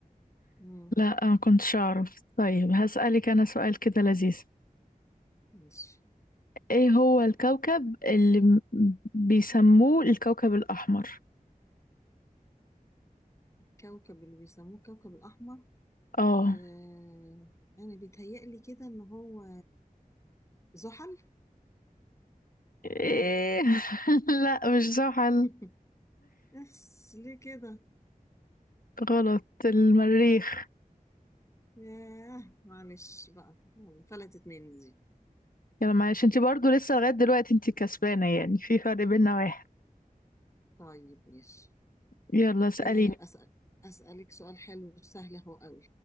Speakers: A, on the left; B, on the left.
A: مم.
B: لا أنا كنتش أعرف طيب هسألك أنا سؤال كده لذيذ
A: ماشي
B: إيه هو الكوكب اللي م- بيسموه الكوكب الأحمر؟
A: كوكب اللي بيسموه الكوكب الأحمر
B: اه
A: آه أنا بيتهيألي كده إن هو زحل
B: ايه <laughs> لا مش زحل
A: <laughs> بس ليه كده
B: غلط المريخ
A: ياه معلش بقى فلتت مني دي
B: يلا معلش انت برضو لسه لغاية دلوقتي انت كسبانة يعني في فرق بيننا واحد
A: طيب ماشي
B: يلا اسأليني
A: آه، أسأل أسألك سؤال حلو وسهل أهو قوي